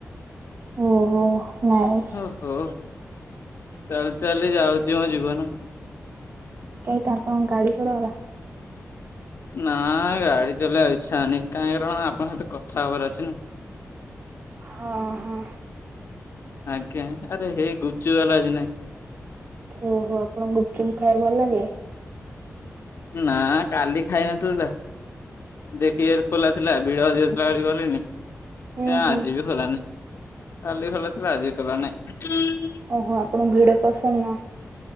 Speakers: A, on the right; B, on the left.
A: ଓହୋ। ନାଇସ୍
B: ଓ ହୋ ଚାଲି ଚାଲି ଯାଉଛି ମୋ ଜୀବନ।
A: କାଇ ତ ଆପଣଙ୍କ ଗାଡି କୁଆଡେ ଗଲା?
B: ନା ଗାଡି ଚଲେଇବା ଇଛା ହୋନୀ କାହିଁକାରଣ ଆପଣଙ୍କ ସହିତ କଥା ହବାର ଅଛି ନା
A: ହଁ ହଁ।
B: ଆଜ୍ଞା, ଆରେ ହେ ଗୁଚୁ ବାଲା ଆଜି ନାଇଁ
A: ଓହୋ ଆପଣଙ୍କୁ ଗୁପଚୁପ ଖାଇବା ଭଲ ଲାଗେ?
B: ନା କାଲି ଖାଇନଥିଲି ତ ଦେଖି ଖୋଲା ଥିଲା ଭିଡ ଅଧିକ ଥିଲା ବୋଲି ଗଲିନି
A: ହୁଁ
B: ନା
A: ହୁଁ।
B: ଆଜି ବି ଖୋଲାନି। କାଲି ଖୋଲା ଥିଲା ଆଜି ଖୋଲା ନାଇଁ।
A: ଓହୋ ଆପଣଙ୍କୁ ଭିଡ ପସନ୍ଦ ନୁଅ।